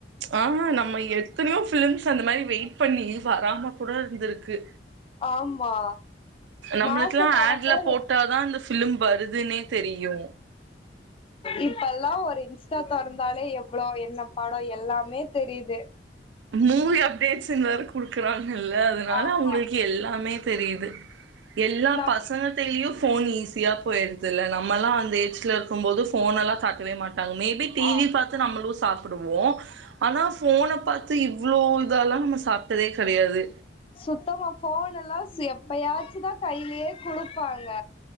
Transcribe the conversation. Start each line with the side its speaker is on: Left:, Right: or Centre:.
Right: ஆ ஹா நம்ம எத்தனையோ பிலிம்ஸ் அந்த மாதிரி வெயிட் பண்ணி வராம கூட இருந்திருக்கு
Left: ஆமா
Right: நம்மளுக்கெல்லா
Left: மாச கணக்குல
Right: ஆட்ல போட்டாதா அந்த பிலிம் வருது அதுனே தெரியு
Left: இப்பெல்லா ஒரு இன்ஸ்டா தொறந்தாலே எவ்ளோ என்ன பாடோ எல்லாமே தெரியுது
Right: மூவி அப்டேட்ஸ்ன்னு வேற குடுக்குறாங்கல்ல அதனால
Left: ஆமா
Right: அவுங்களுக்கு எல்லாமே தெரியுது எல்லா
Left: நம்
Right: பசங்க இப்பலயு ஃபோன் ஈஸியாக போயிடுறதுல்ல நம்மல்லா அந்த ஏஜ்ல இருக்கும்போது ஃபோன எல்லா காட்டவே மாட்டாங்க மேபி டிவி
Left: ஆ
Right: பார்த்து நம்மளு சாப்பிடுவோ ஆனா போன பாத்து இவ்ளோ இதெல்லா நம்ம சாப்பிட்டதே கிடையாது
Left: சுத்தமா போன் எல்லா எப்பயாச்சுதா கையிலயே குடுப்பாங்க